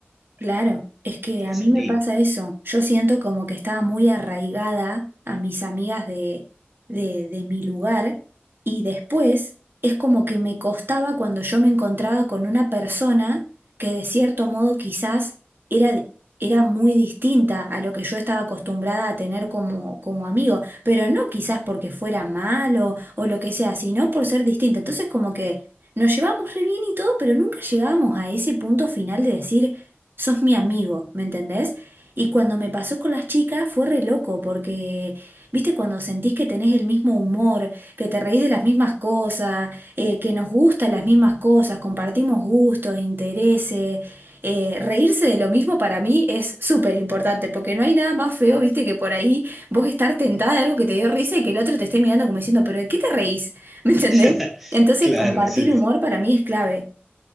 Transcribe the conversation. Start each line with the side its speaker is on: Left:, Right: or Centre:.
Right: Claro, es que a
Centre: Lo sentí.
Right: mí me pasa eso. Yo siento como que estaba muy arraigada a mis amigas de, de, de mi lugar y después es como que me costaba cuando yo me encontraba con una persona que de cierto modo quizás era, era muy distinta a lo que yo estaba acostumbrada a tener como, como amigo, pero no quizás porque fuera malo o lo que sea, sino por ser distinta. Entonces como que nos llevamos re bien y todo, pero nunca llegábamos a ese punto final de decir sos mi amigo, ¿me entendés? Y cuando me pasó con las chicas fue re loco, porque, viste, cuando sentís que tenés el mismo humor, que te reís de las mismas cosas, eh, que nos gustan las mismas cosas, compartimos gustos, intereses, eh, reírse de lo mismo para mí es súper importante, porque no hay nada más feo, viste, que por ahí vos estar tentada de algo que te dio risa y que el otro te esté mirando como diciendo, pero ¿de qué te reís? <laughs> ¿Me entendés?
Centre: <laughs>
Right: Entonces,
Centre: Claro,
Right: compartir
Centre: sí.
Right: humor
Centre: sí.
Right: para mí es clave.